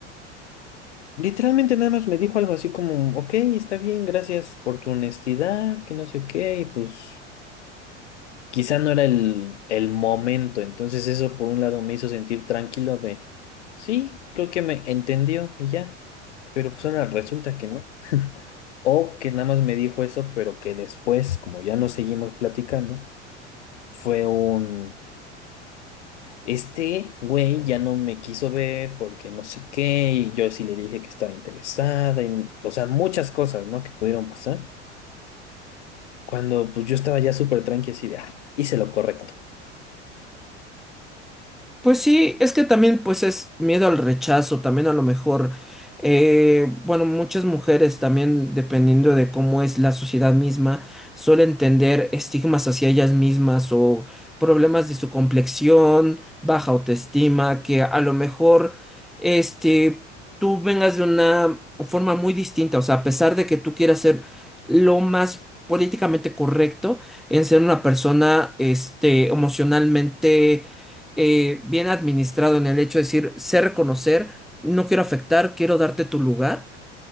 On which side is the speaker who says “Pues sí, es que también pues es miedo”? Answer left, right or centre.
Centre